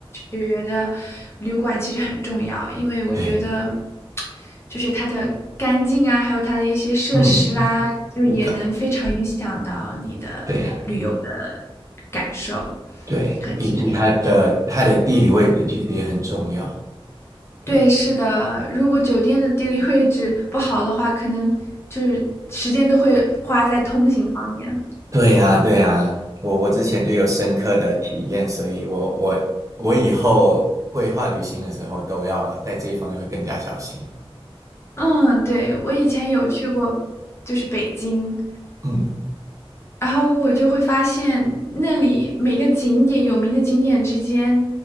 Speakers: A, on the left; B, on the right.
A: 觉得，旅馆其实很重要，因为我觉得，
B: 对，
A: 就是它的干净啊，还有它的一些设施啊，
B: 嗯，是
A: 就也能非常影响到你的旅游的
B: 的，对，
A: 感受
B: 对，
A: 和体验。
B: 以及它的它的地理位置其实也很重要。对，
A: 对，是的，如果酒店的地理位置不好的话，可能就是时间都会花在通行方面。
B: 对呀，对呀，我我之前就有深刻的体验，所以我我我以后规划旅行的时候都要在这一方面会更加小心。
A: 嗯，对，我以前有去过，就是北京，
B: 嗯，
A: 然后我就会发现那里每个景点有名的景点之间，